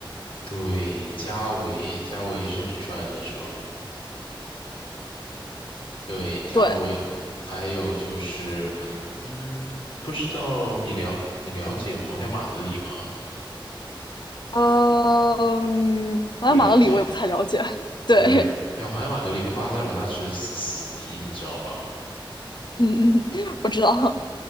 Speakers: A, on the left; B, on the left.
A: 对，加维，加维是挺帅的，是吧？对，加维，
B: 对，
A: 还有就是，嗯，不知道你了你了解皇家马德里吗？
B: 呃嗯，好像马德里我也不太了解。
A: 不了解。
B: <laughs> 对，
A: 对，因为皇家马德里跟巴塞罗那是死死敌，你知道吧？
B: 嗯嗯，嗯我知道。